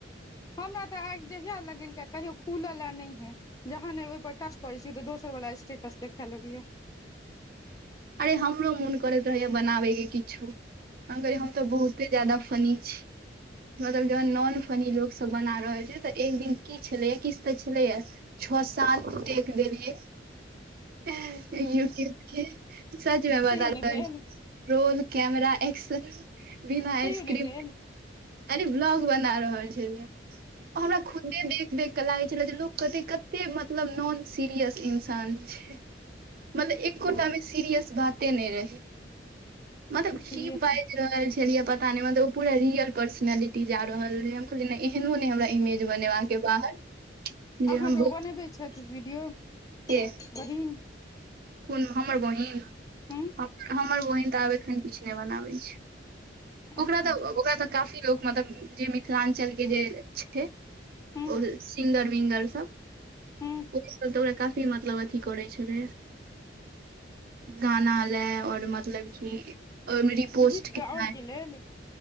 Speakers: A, on the left (about 20°); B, on the right (about 55°).
A: हमरा तऽ आग जहिया लगेलक कहियो खुल न हे जहन ने ओहिपर टच कोरय त दोसर वला स्टेटस देखैलैए
B: आए हमरो मोन करैत रहैया बनाबेके किछो हम कहलिए हम तऽ बहुते ज्याददा फनी छि मतलब जखन नॉन फनी लोग सब बना रहल छै तऽ एक दिन की छलैया किछु तऽ छलैया छः सात टेक देलिए <unintelligible> <inaudible> रोल
A: तैयो नहि भेल
B: कैमरा एक्सन बिना
A: तैयो
B: स्क्रिप्ट
A: नहि भेल
B: यानी ब्लॉग बना रहल छलियै हमरा खुदे देख देख लागै छल जे लोग कहतै कते मतलब नॉन सीरियस इंसान छै मतलब एकोटा मे सीरियस बाते नइ रहै <unintelligible> मतलब
A: तऽ
B: की
A: सीरियस
B: बाइज रहल छलियै पता मत पूरा रियल पर्सनलिटी जा रहल कहलिय एहनो ने हमरा इमेज बनेबाका के बाहर जे
A: अहाँके
B: हम बहुत
A: ओ बनबै छथि वीडियो
B: के
A: <unintelligible> बहिन
B: कोन हमर बहिन
A: हूँ
B: हमर बहिन तऽ आब एखन किछ नाए बनाबै छै
A: अच्छा
B: ओकरा तऽ ओकरा त काफी लो मतलब जे मिल मिथिलांचल के जे छै
A: हूँ
B: ओ सिंगर विंगर सब
A: हूँ
B: ओ तऽ ओकरा काफी मतलब अथी करैत छलै गाना लए और मतलब कि ओ मेरी पोस्ट
A: गीत
B: कितना
A: गाबयके
B: है
A: लेल